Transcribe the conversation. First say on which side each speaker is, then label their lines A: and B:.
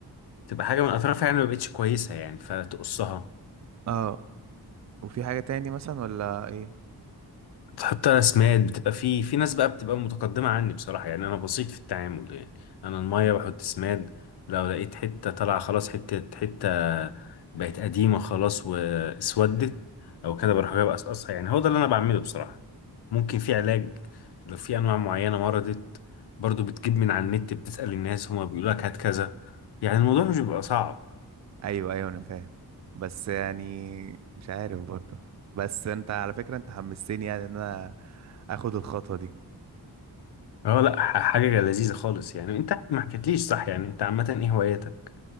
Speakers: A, on the left; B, on the right.
A: تبقى حاجة من أطرافها يعني مبقتش كويسة يعني فتقصها
B: اه وفي حاجه تاني مثلا ولا ايه
A: حتى رسمات بتبقى في في ناس بقى بتبقى متقدمة عني بصراحة يعني أنا بسيط في التعامل يعني أنا المية بحط سماد لو لقيت حتة طالعة خلاص حتة حتة بقت قديمة خلاص واسودت أو كده بروح جايب أقصقصها يعني هو ده اللي أنا بعمله بصراحة ممكن في علاج لو في أنواع معينة مرضت برضو بتجيب من على النت بتسأل الناس هما بيقولوا لك هات كذا يعني الموضوع مش بيبقى صعب
B: ايوه ايوه انا فاهم بس يعني مش عارف برضه بس انت على فكره انت حمستني يعني ان انا اخد الخطوه دي
A: اه لا ح- حاجة لذيذة خالص يعني انت ما حكيتليش صح يعني انت عامة ايه هواياتك؟